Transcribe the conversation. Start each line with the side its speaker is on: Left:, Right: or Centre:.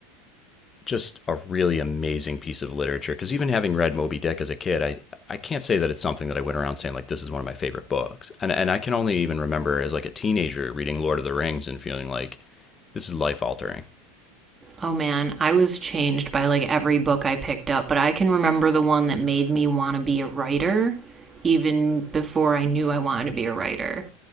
Left: just a really amazing piece of literature. Because even having read Moby Dick as a kid, I I can't say that it's something that I went around saying like this is one of my favorite books. And and I can only even remember as like a teenager reading Lord of the Rings and feeling like this is life altering.
Right: Oh man, I was changed by like every book I picked up, but I can remember the one that made me want to be a writer even before I knew I wanted to be a writer.